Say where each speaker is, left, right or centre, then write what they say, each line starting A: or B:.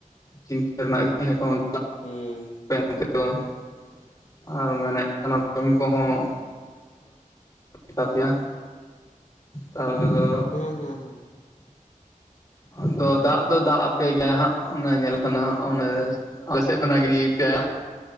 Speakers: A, on the left; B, on the left.
A: ᱪᱤᱱᱛᱟᱹ ᱨᱮᱱᱟᱜ ᱜᱮ ᱮᱠᱷᱚᱱ
B: ᱦᱮᱸ
A: <inaudible> ᱟᱨ ᱢᱮᱱᱮᱫ ᱠᱟᱱᱟᱢ ᱠᱟᱹᱢᱤ ᱠᱚᱦᱚᱸ <inaudible> ᱯᱮᱭᱟ, ᱛᱟᱦᱞᱮ ᱫᱚ
B: ᱦᱩᱸ ᱦᱩᱸ᱾
A: ᱟᱫᱚ ᱫᱟᱜ ᱫᱚ ᱫᱟᱜ ᱟᱯᱮ ᱜᱮᱭᱟᱭ ᱦᱟᱸᱜ ᱚᱱᱟ ᱧᱮᱞᱚᱜ ᱠᱟᱱᱟ ᱚᱸᱰᱮ, ᱟᱞᱮ ᱥᱮᱫ ᱠᱷᱚᱱᱟᱜ <inaudible>